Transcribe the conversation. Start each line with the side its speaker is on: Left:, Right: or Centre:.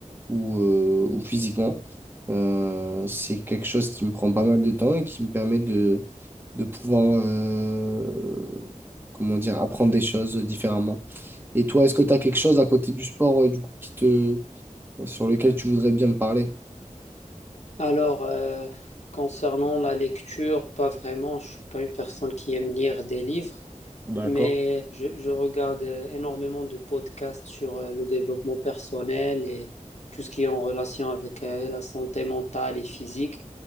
Right: ou, euh, ou physiquement. Euh, c'est quelque chose qui me prend pas mal de temps et qui me permet de, de pouvoir euh, comment dire, apprendre des choses différemment. Et toi, est-ce que tu as quelque chose à côté du sport euh, du coup, qui te, sur lequel tu voudrais bien me parler.
Left: Alors, euh, concernant la lecture, pas vraiment, je suis pas une personne qui aime lire des livres.
Right: D'accord.
Left: Mais je, je regarde euh, énormément de podcasts sur euh, le développement personnel et tout ce qui est en relation avec euh, la santé mentale et physique